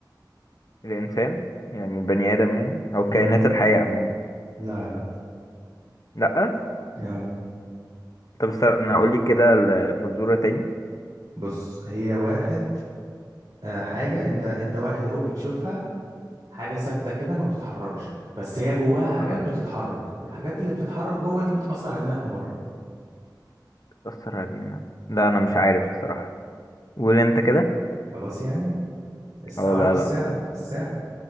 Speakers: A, on the left (about 55°); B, on the right (about 65°).
A: الانسان يعني البني ادم يعني او كائنات
B: مم،
A: الحية عموما
B: لا لا
A: لا
B: يا
A: طب استنى اقول لك كده الفزورة تاني
B: بص هي واحد آه، حاجة انت انت واحد اهو بتشوفها حاجة ثابتة كده ما بتتحركش بس هي جواها حاجات
A: اه
B: بتتحرك والحاجات اللي بتتحرك جوه دي بتأثر علينا احنا بره
A: بتأثر علينا لا انا مش عارف الصراحة قول انت كده
B: خلاص يعني السعارة
A: اه لا
B: بالساعة
A: لا خلاص
B: الساعة